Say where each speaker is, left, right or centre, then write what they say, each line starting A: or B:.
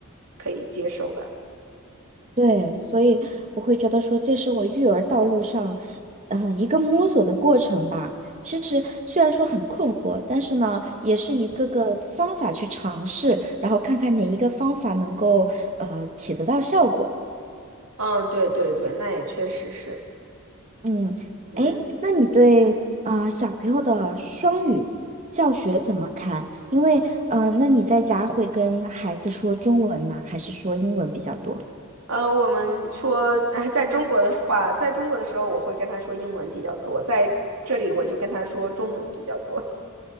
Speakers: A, on the right; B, on the right.
A: 可以接受吧。
B: 对，所以我会觉得说，这是我育儿道路上，嗯、一个摸索的过程吧。其实虽然说很困惑，但是呢，也是一个个方法去尝试，然后看看哪一个方法能够呃起得到效果。
A: 嗯，对对对，那也确实是。
B: 嗯，
A: 嗯，
B: 哎，那你对呃小朋友的双语教学怎么看？因为嗯、呃那你在家会跟孩子说中文吗？还是说英文比较多？
A: 呃，我们说，<laughs> 在中国的话，在中国的时候，我会跟他说英文比较多，在这里我就跟他说中文比较多。